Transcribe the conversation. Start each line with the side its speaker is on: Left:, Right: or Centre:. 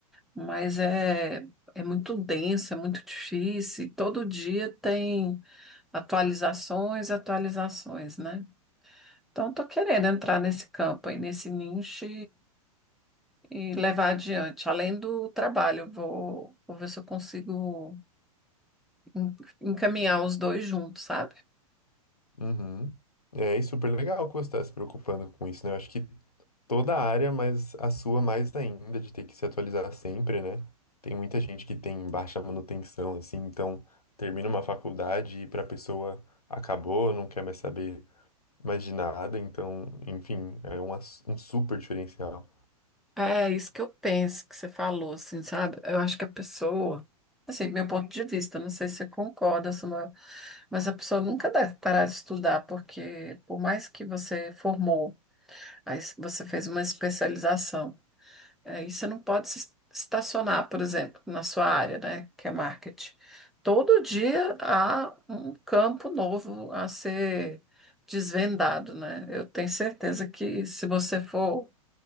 Centre: mas é, é muito denso, é muito difícil, e todo dia tem atualizações e atualizações, né? Então, estou querendo entrar nesse campo aí, nesse nicho, e levar adiante, além do trabalho. Vou, vou ver se eu consigo en- encaminhar os dois juntos, sabe?
Left: Uhum. É, e super legal que você está se preocupando com isso, né? Eu acho que toda a área, mas a sua mais ainda, de ter que se atualizar sempre, né? Tem muita gente que tem baixa manutenção, assim, então termina uma faculdade e para a pessoa acabou, não quer mais saber mais de nada, então, enfim, é um, ass- um super diferencial.
Centre: É isso que eu penso que você falou, assim, sabe? Eu acho que a pessoa, assim, meu ponto de vista, não sei se você concorda, Samuel, mas a pessoa nunca deve parar de estudar, porque por mais que você formou, aí você fez uma especialização. Aí você não pode se estacionar, por exemplo, na sua área, né, que é marketing. Todo dia há um campo novo a ser desvendado, né? Eu tenho certeza que se você for